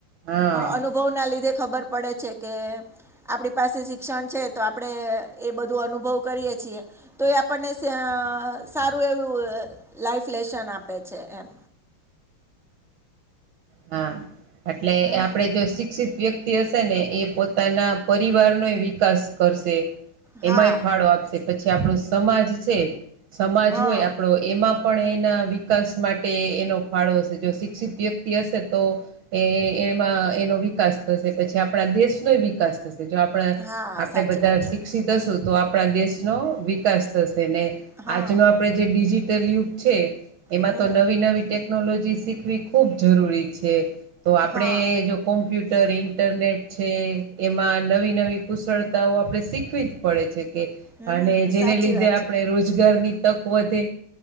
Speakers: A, on the right; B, in the centre.
A: હા
B: અનુ ભવના લીધે ખબર પડે છે કે આપણી પાસે શિક્ષણ છે, તો આપણે એ બધું અનુભવ કરીએ છીએ. તો એ આપણને સારું એવું લાઈફ લેશન આપે છે એમ.
A: હા એટલે
B: હમ
A: આપણેે જો શિક્ષિત વ્યક્તિ હ, ને એ પોતાના પરિવારનો વિકાસ કરશે,
B: હા
A: એમાંય ફાળો આપશે. પછી આપણો સમાજ છે, સમાજ
B: હા
A: હોય આપણો. એમાં પણ એના વિકાસ માટે એનો ફાળો હશે, જો શિક્ષિત હશે તો. એ એમાં એનો વિકાસ થશે, પછી આપણા દેશનો વિકાસ થશે. જો આપણા
B: હા
A: આપણે
B: સાચી
A: બધા
B: વાત છે
A: શિક્ષિત હશું, તો આપણા દેશનો વિકાસ થશે ને.
B: હા
A: આજનો આપણેે જે ડિજિટલ યુગ છે, એમાં
B: હમ
A: તો નવી-નવી ટેક નોલોજી શીખવી ખૂબ જરૂરી છે, તો આપણે
B: હા
A: જો કોમ્પ્યુટર, ઇન્ટરનેટ છે, એમાં નવી-નવી કુશળતાઓ આપડે શીખવી જ. પડે છે કે,
B: હમ
A: અને જેને
B: સાચી
A: લીધે
B: વાત છે
A: આપણે રોજગારની તક વધે.